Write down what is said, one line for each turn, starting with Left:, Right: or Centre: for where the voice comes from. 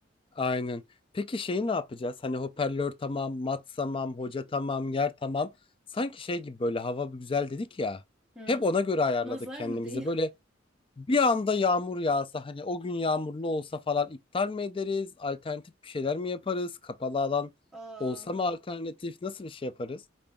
Left: Aynen. Peki şeyi ne yapacağız? Hani hoparlör tamam, mat tamam, hoca tamam, yer tamam. Sanki şey gibi böyle hava bir güzel dedik ya.
Centre: Hmm.
Left: Hep ona göre ayarladık
Centre: Nazar
Left: kendimizi.
Centre: mı değil?
Left: Böyle bir anda yağmur yağsa hani o gün yağmurlu olsa falan iptal mi ederiz? Alternatif bir şeyler mi yaparız? Kapalı alan
Centre: <laughs> Aa,
Left: olsa mı alternatif? Nasıl bir şey yaparız?